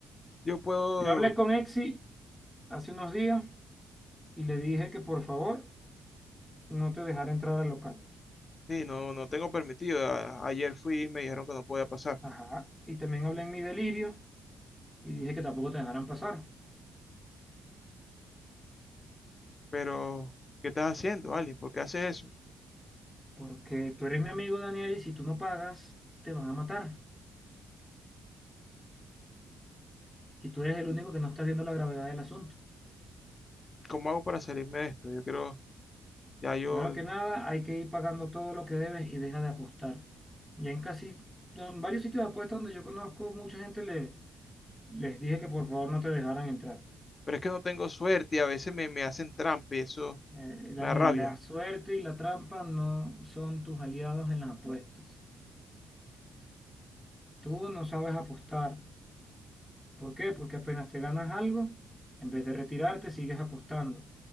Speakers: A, on the left; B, in the centre.
A: yo puedo
B: Yo hablé con Exi hace unos días y le dije que por favor no te dejara entrar al local.
A: Sí, no, no tengo permitido. A- Ayer fui y me dijeron que no podía pasar.
B: Ajá. Y también hablé en mi delirio y dije que tampoco te dejaran pasar.
A: Pero, ¿qué estás haciendo, Ali? ¿Por qué haces eso?
B: Porque tú eres mi amigo, Daniel, y si tú no pagas, te van a matar. Y tú eres el único que no está viendo la gravedad del asunto.
A: ¿Cómo hago para salirme de esto? Yo creo, ya yo...
B: Primero que nada, hay que ir pagando todo lo que debes y deja de apostar. Ya en casi, en varios sitios de apuestas donde yo conozco mucha gente, le, les dije que por favor no te dejaran entrar.
A: Pero es que no tengo suerte y a veces me, me hacen trampa y eso
B: Eh, Daniel,
A: me da rabia.
B: la suerte y la trampa no son tus aliados en las apuestas. Tú no sabes apostar. ¿Por qué? Porque apenas te ganas algo, en vez de retirarte, sigues apostando.